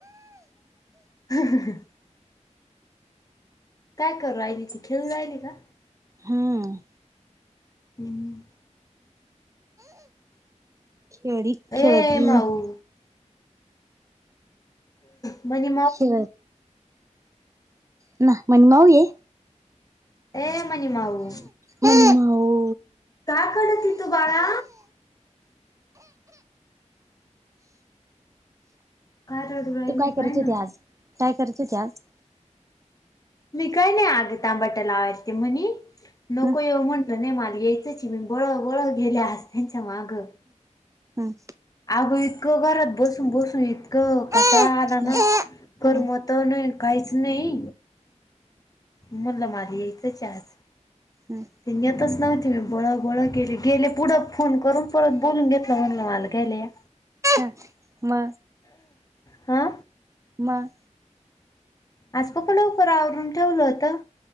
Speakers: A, on the left; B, on the right.
A: <unintelligible> काय करू रायली, ती खेळु रायली का.
B: हम्म.
A: हम्म.
B: खेडी खेळती.
A: ए माऊ म्हणे,
B: खेळ ना, म्हण माऊ ये.
A: ये मणीमाऊ,
B: मनी माऊ
A: ‌काय करती तू बाळा? काय रडू राहिली
B: तू काय करतं
A: पाय ना
B: होते आज? काय करते ती आज?
A: मी काय नाही अगं, टोमैटो लावती मणी. नको
B: हं
A: येऊ म्हणलं नाही मला, यायचं मी बळ बळ गेली त्यांच्या मागं.
B: हम्.
A: अगं इतकं घरात बसून, बसून इतकं
B: हं
A: कंटाळा आला
B: हं
A: ना. करमतही नाही आणि काहीच नाही. म्हणल मला येतच आज.
B: हम्म.
A: ते येतच नव्हती मी बळं बळं केेली. गेले पुढं फोन करून परत बोलवून घेतलं म्हणलं मला घ्यायला या.
B: ह मग.
A: आ?
B: मग.
A: आज खूप लवकर आवरून ठेवलं होतं.